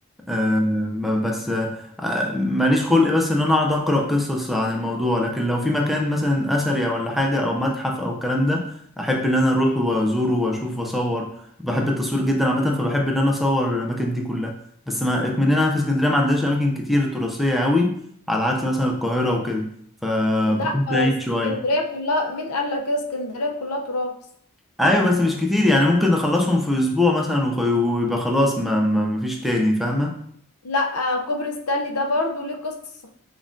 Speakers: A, in the centre; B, on the left (about 85°).
A: أه ب- بس أه ماليش خلق بس ان انا اقعد اقرا قصص عن الموضوع لكن لو في مكان مثلا اثري ولا حاجه او متحف او الكلام ده احب ان انا اروح وازوره واشوف واصور بحب التصوير جدا عامه فبحب ان انا اصور الاماكن دي كلها بس ما اكمننا في اسكندريه ما عندناش اماكن كتير تراثيه قوي على عكس مثلا القاهره وكده فبكون
B: لا
A: بعيد
B: اسكندرية
A: شويه
B: كلها مين قال لك كده اسكندرية كلها تراث
A: ايوه بس مش كتير يعني ممكن اخلصهم في اسبوع مثلا وخ- ويبقى خلاص ما ما مفيش تاني فاهمه
B: لا كوبري ستانلي ده برضو ليه قصة